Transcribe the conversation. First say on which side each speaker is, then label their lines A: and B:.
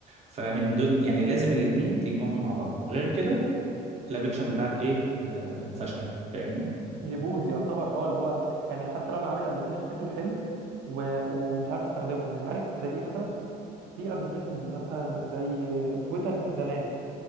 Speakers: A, on the right; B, on the right.
A: فمن دول يعني لازم الاتنين تجمعهم مع بعض غير كده الابليكيشن بتاعك ايه آه فشل فاهمني
B: يبوظ يعتبر اه اللي هو يعني حتى لو انا عامل ابلكيشن شكله حلو و... ومش عارف استخدمه يعني عارف زي ايه مثلا في ابلكيشنز مثلا زي تويتر زمان